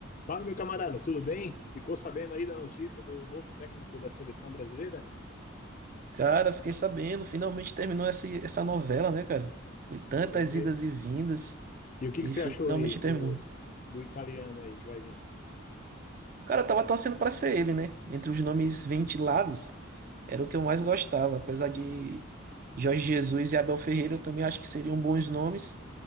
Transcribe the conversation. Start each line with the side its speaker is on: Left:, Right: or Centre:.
Left: Fala, meu camarada, tudo bem? Ficou sabendo aí da notícia do novo técnico da seleção brasileira?
Right: Cara, fiquei sabendo, finalmente terminou essa, essa novela, né, cara? Foi tantas
Left: É.
Right: idas e vindas
Left: E o que
Right: e
Left: que você
Right: finalmente
Left: achou aí
Right: terminou.
Left: do, do italiano aí que vai vir?
Right: Cara, eu tava torcendo pra ser ele, né? Entre os nomes ventilados, era o que eu mais gostava. Apesar de Jorge Jesus e Abel Ferreira, eu também acho que seriam bons nomes.